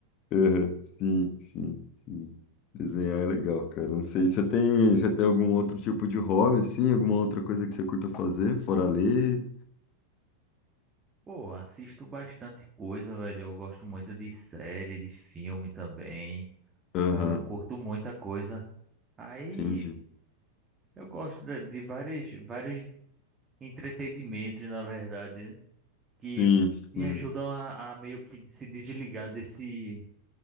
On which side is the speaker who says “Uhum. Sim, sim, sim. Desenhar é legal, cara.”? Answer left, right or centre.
Left